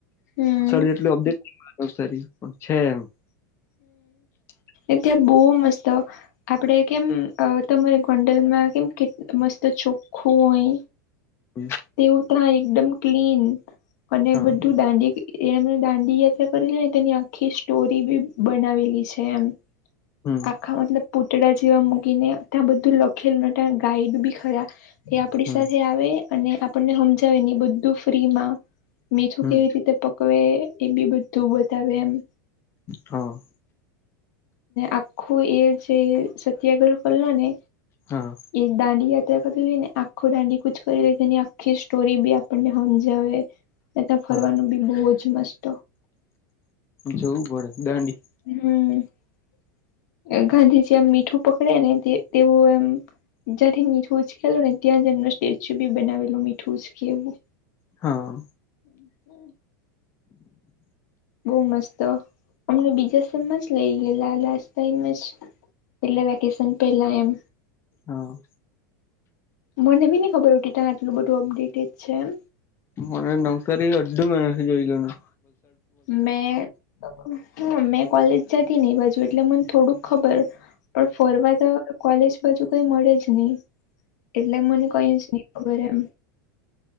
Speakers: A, on the left; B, on the left.
A: હમ
B: નસરી જેટલું અપડેટ નસરી પણ છે એમ. <inaudible>
A: એટ્યા બહુ મસ્ત. આપણે કેમ અ તમારી ગોંડલમાં કેમ કે મસ્ત ચોખ્ખું હોય.
B: હમ.
A: તેવું થાય એકદમ ક્લીન અને
B: હા
A: બધું દાંડી એ એમણે દાંડી યાત્રા કરેલી ને તેની આખી સ્ટોરી બી બનાવેલી છે એમ
B: હમ
A: આખા મતલબ પૂતળા જેવા મૂકીને ત્યાં બધું લખેલ ત્યાં ગાઈડ બી ખરા એ આપડી
B: હમ
A: સાથે આવે અને આપણને હમજાવે ને બધું ફ્રીમાં. મીઠું
B: હમ
A: કેવી રીતે પકવે એ બી બધું બતાવે એમ.
B: હા.
A: આખું એ જે સત્યાગ્રહ કરલો ને
B: હા
A: એ દાંડિયા. ક જો ને આખું દાંડી કુચ કરી લે તેની આખી સ્ટોરી બી આપણને સમજવે. એ તા ફરવાનું
B: હા
A: બી બહુ જ મસ્ત
B: જવું પડે દાંડી.
A: હમ ગાંધીજી આમ મીઠું પકડે ને તેવું એમ. જથી મીઠું ઉચકેલ ને ત્યાં જ એમનો સ્ટેચ્યુ બી બનાવેલું મીઠું ઉચકેવું.
B: હા.
A: હમ. બહુ મસ્ત અમને બીજા સેમમાં જ લઇ ગયેલા લાસ્ટ ટાઈમજ. એટલે વેકેેશન પહેલા એમ.
B: હા.
A: મને બી નહી ખબર ઉ ત્યા આટલું બધું અપડેટેજ છે એમ.
B: મને નવસારી અડધું મહિનાથી જોય લું.
A: મેં. હા મેં કોલેજ જતી ને બાજુ એટલે મને થોડુંક ખબર પણ ફરવા ત કોલેજ બાજુ કઈ મળે જ નહી. એટલે મને કોઈ જ નહી ખબર એમ